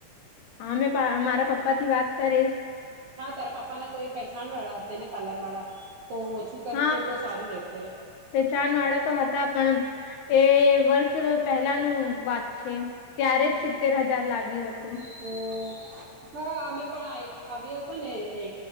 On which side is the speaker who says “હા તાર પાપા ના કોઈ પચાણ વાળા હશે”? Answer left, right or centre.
Right